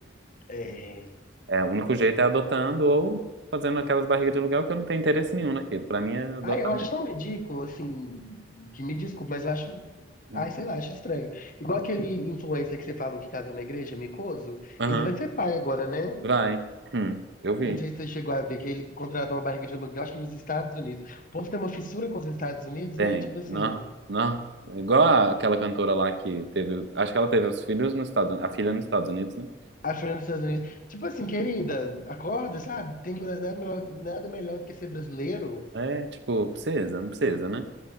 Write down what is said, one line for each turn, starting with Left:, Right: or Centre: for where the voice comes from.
Left: É...
Right: É, o único jeito é adotando ou fazendo aquelas barrigas de aluguel que eu não tenho interesse nenhum naquilo. Pra mim é adotar
Left: Ah, eu acho
Right: mesmo.
Left: tão ridículo, assim, que me desculpe, mas eu acho.
Right: Hum.
Left: Ai, sei lá, acho estranho. Igual aquele influencer que você falou que casou na igreja, Micoso,
Right: Aham,
Left: ele vai ser pai agora, né?
Right: vai. Hum, eu vi.
Left: Eu não sei se você chegou a ver que ele contratou uma barriga de aluguel, acho que nos Estados Unidos. O povo tem uma fissura com os Estados Unidos,
Right: Tem.
Left: né? Tipo assim,
Right: Não, não. É Igual a- aquela cantora lá que teve. Acho que ela teve os filhos nos Estados Unidos. A filha nos Estados Unidos, né?
Left: a Fernanda dos Estados Unidos. Tipo assim, querida, acorda, sabe? Tem nada melhor, nada melhor do que ser brasileiro.
Right: É, é, tipo, precisa, não precisa, né?